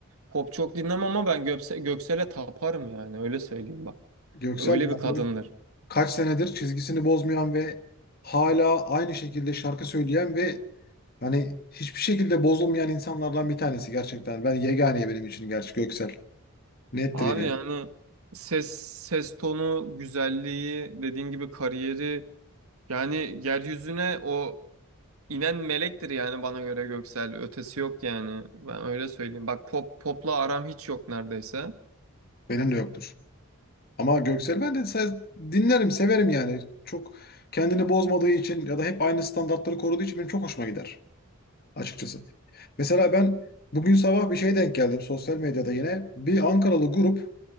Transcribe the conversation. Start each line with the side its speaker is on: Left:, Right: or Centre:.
Right: pop çok dinlemem ama ben Gökse- Göksel'e taparım yani öyle söyleyeyim bak.
Left: Göksel
Right: Öyle
Left: ya
Right: bir kadındır.
Left: benim kaç senedir çizgisini bozmayan ve hala aynı şekilde şarkı söyleyen ve hani hiçbir şekilde bozulmayan insanlardan bir tanesi gerçekten. Ben yegane benim için gerçi Göksel. Nettir
Right: Abi
Left: yani.
Right: yani ses ses tonu güzelliği dediğin gibi kariyeri yani yeryüzüne o inen melektir yani bana göre Göksel ötesi yok yani ben öyle söyleyeyim. Bak pop popla aram hiç yok neredeyse.
Left: Benim de yoktur. Ama Göksel ben de se- dinlerim, severim yani. Çok kendini bozmadığı için ya da hep aynı standartları koruduğu için benim çok hoşuma gider açıkçası. Mesela ben bugün sabah bir şeye denk geldim sosyal medyada yine. Bir Ankaralı grup